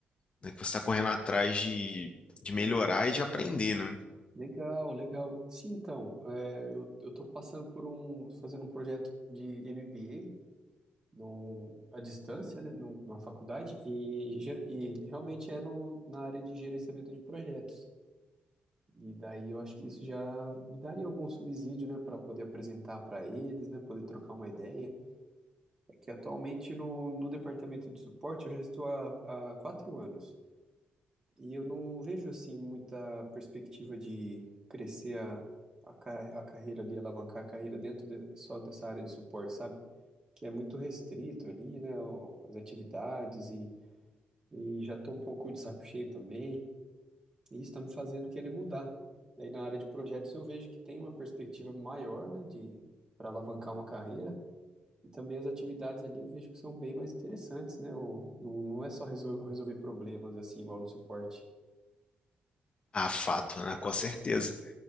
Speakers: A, on the left (about 35°); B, on the right (about 20°).
A: né, que você está correndo atrás de, de melhorar e de aprender, né?
B: Legal, legal. Sim, então, é, eu, eu tô passando por um, fazendo um projeto de MBA num, à distância, né, num- numa faculdade, e, ger- e realmente é no, na área de gerenciamento de projetos. E daí eu acho que isso já me daria algum subsídio, né, para poder apresentar para eles, né, poder trocar uma ideia. É que atualmente no, no departamento de suporte eu já estou há, há quatro anos. E eu não vejo assim muita perspectiva de crescer a, a, ca- a carreira ali, alavancar a carreira dentro de- só dessa área de suporte, sabe? Que é muito restrito ali, né? o- as atividades e, e já tô um pouco de saco cheio também. E isso tá me fazendo querer mudar. Daí na área de projetos eu vejo que tem uma perspectiva maior, né? De para alavancar uma carreira. E também as atividades ali eu vejo que são bem mais interessantes, né? O, não, não é só resol- resolver problemas assim, igual no suporte.
A: Ah, fato, né? Com certeza.